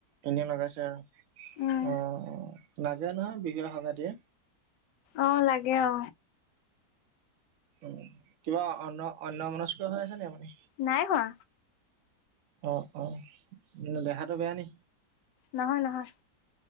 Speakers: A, on the right; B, on the left.
A: এনে লগাইছে
B: উম
A: অঁ, লাগে নহয় বিহুৱে সভাটিয়ে।
B: অঁ, লাগে অ‍ঁ।
A: উম' কিবা অন অন্যমনস্ত হৈ আছে নি আপুনি?
B: নাই হৱা।
A: অঁ অঁ' উম' দেহাটো বেয়া নি?
B: নহয় নহয়